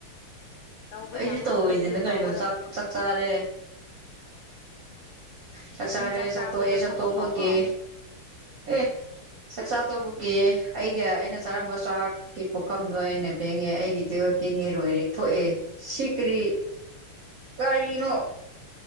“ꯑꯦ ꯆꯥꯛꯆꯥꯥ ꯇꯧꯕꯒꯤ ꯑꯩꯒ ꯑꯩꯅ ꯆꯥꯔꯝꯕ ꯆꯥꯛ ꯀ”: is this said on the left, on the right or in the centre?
Right